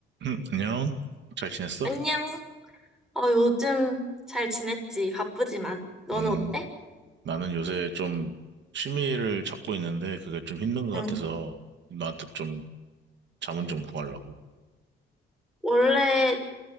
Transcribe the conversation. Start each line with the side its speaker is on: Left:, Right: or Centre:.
Right: 응, 안녕. 잘 지냈어?
Centre: 안녕. 어, 요즘 잘 지냈지? 바쁘지만. 너는
Right: 음,
Centre: 어때?
Right: 나는 요새 좀 취미를 찾고 있는데 그게 좀 힘든 것
Centre: 응.
Right: 같아서 나한테 좀 자문 좀 구하려고.
Centre: 원래